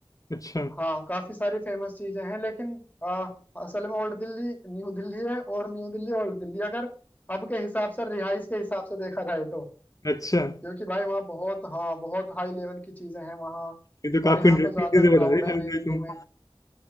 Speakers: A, on the left; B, on the left.
A: अच्छा
B: हाँ काफी सारी फेमस चीजें हैं लेकिन आ, असल में ओल्ड दिल्ली न्यू दिल्ली है और न्यू दिल्ली ओल्ड दिल्ली अगर अब के हिसाब से रिहाइश के हिसाब से देखा जाए तो
A: <laughs> अच्छा
B: क्योंकि भाई वहाँ बहुत हाँ बहुत हाई लेवल की चीजें हैं वहाँ
A: ये तो काफी
B: और यहाँ
A: इंटरेस्टिंग
B: पे ज्यादा
A: चीजें
B: क्राउड
A: बता रहे
B: है
A: खालिद
B: नई
A: भाई
B: दिल्ली
A: तुम
B: में